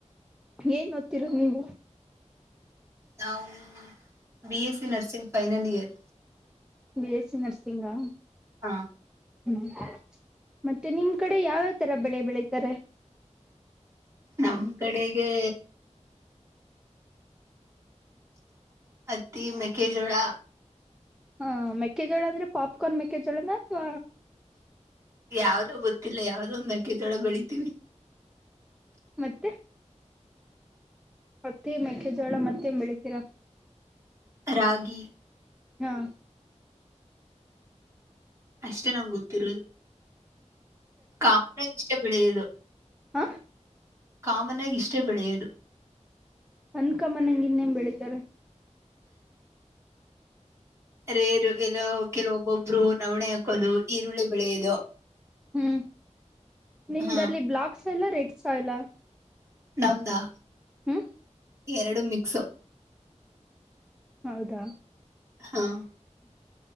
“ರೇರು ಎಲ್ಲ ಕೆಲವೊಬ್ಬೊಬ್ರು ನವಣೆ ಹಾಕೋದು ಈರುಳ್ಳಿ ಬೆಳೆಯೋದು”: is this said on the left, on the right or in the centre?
Right